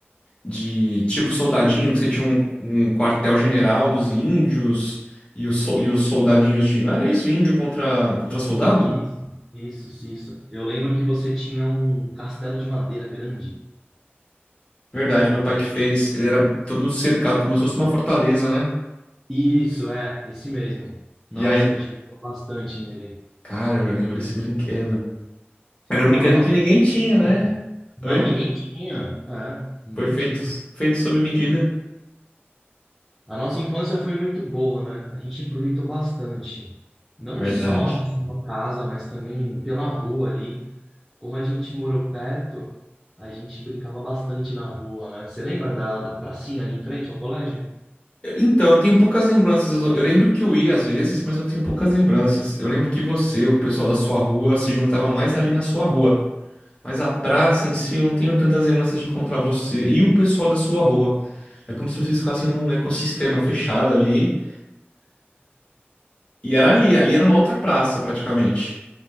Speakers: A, on the left; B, in the centre.
A: de tipo soldadinho, que você tinha um, um quartel-general dos índios e os, sol- e os soldadinhos de. Não era isso? Índio contra, contra soldado?
B: Isso, isso, isso. Eu lembro que você tinha um castelo de madeira grande.
A: Verdade, meu pai
B: Você-
A: que fez. Ele era todo cercado, como se fosse uma fortaleza, né?
B: Isso, é, esse mesmo. Nossa,
A: E aí,
B: a gente brincou bastante nele.
A: cara, eu lembro desse brinquedo. Era um
B: Não,
A: brinquedo
B: a nossa
A: que ninguém
B: infância-
A: tinha, né?
B: Não,
A: Oi?
B: ninguém tinha. É, ninguém
A: Foi feito,
B: tinha.
A: feito sob medida.
B: A nossa infância foi muito boa, né? A gente aproveitou bastante. Não
A: Verdade.
B: só na sua casa, mas também pela rua ali. Como a gente morou perto, a gente brincava bastante na rua, né? Você lembra da, da pracinha ali em frente ao colégio?
A: Então, eu tenho poucas lembranças. Eu lembro que eu ia às vezes, mas eu tenho poucas lembranças. Eu lembro que você, o pessoal da sua rua, se juntava mais ali na sua rua. Mas a praça em si, eu não tenho tantas lembranças de encontrar você e o pessoal da sua rua. É como se vocês ficassem num ecossistema fechado ali. E era ali, ali era uma outra praça, praticamente.